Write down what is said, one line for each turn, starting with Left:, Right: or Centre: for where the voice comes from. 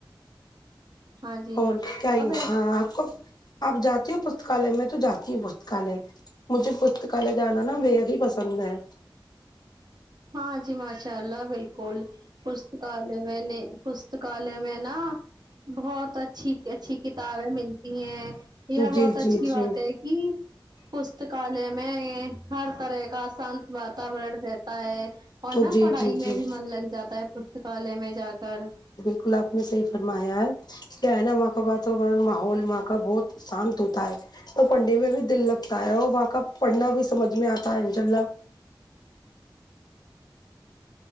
Right: ہاں جی
Left: اور کیا ہی
Right: اب ایسے
Left: ہاں آپ کو آپ جاتی ہو پستکالیہ میں تو جاتی ہ پستکالیہ مجھے پستکالے جانا نا بے ہی پسند ہے
Right: ہاں جی ماشاء اللہ بالکل پستکالیہ میں نے پستکالیہ میں نا بہت اچھی اچھی کتابیں ملتی ہیں بہت
Left: جی جی
Right: اچھی بات
Left: جی
Right: ہے یہ پستکالے میں ہر طرح کاشت واتن ہے اور نہا
Left: جی
Right: پڑھائی
Left: جی
Right: میں
Left: جی
Right: بھی من لگ جاتا ہے پستکالیہ میں جا کر
Left: گلا آپ نے صحیح فرمایا ہے کیا ہے نا وہاں کا واتورن ماحول وہاں کا بہت شانت ہوتا ہے تو پڑھنے میں بھی دل لگتا ہے اور واقع پڑھنا بھی سمجھ میں آتا ہے انشاءلہ